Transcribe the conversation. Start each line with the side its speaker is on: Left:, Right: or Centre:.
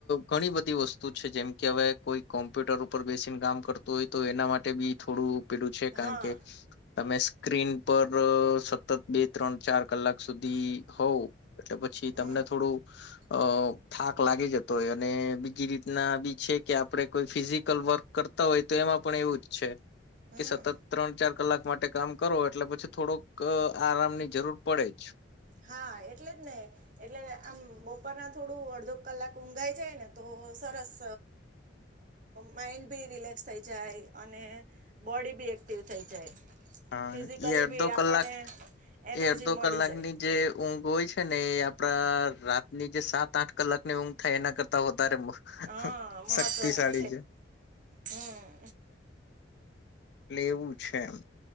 Left: ઘણી બધી વસ્તુ છે જેમ કે હવે કોઈ કોમ્પ્યુટર ઉપર બે કામ કરતો હોય તો એના માટે બી થોડું પેડું છે કારણ
Right: હા
Left: કે તમે સ્ક્રીન પર સતત બે ત્રણ ચાર કલાક સુધી હોવ એટલે પછી
Right: હમ
Left: તમને થોડું અ થાક લાગી જતો હોય અને બીજી રીતના બી છે કે આપડણે કોઈ ફિઝિકલ વર્ક કરતા હોય તો એમાં પણ એવું જ છે
Right: હમ
Left: કે સતત ત્રણ ચાર કલાક માટે કામ કરો એટલે પછી થોડોક આરામ ની જરૂર પડે જ.
Right: હા એટલે જ ને એટલે આમ બપોર ના થોડું અડધો કલાક ઊંઘાઈ જાય ને તો સરસ. માઇન્ડ બી રિલેક્સ થઈ જાય અને બોડી બી એક્ટિવ થઈ જાય.
Left: હા
Right: ફિઝિકલી
Left: એ અડધો
Right: બી આપણને
Left: કલાક
Right: એનર્જી
Left: એ અડધો
Right: મળી
Left: કલાકની
Right: જાય
Left: જે ઊંઘ હોય છે ને એ આપડા રાતની જે સાત આઠ કલાક ની ઊંઘ થાય એના કરતા ધર્મ
Right: હા મહત્વની
Left: શક્તિશાળી છે.
Right: હમ
Left: લેવું છે એમ.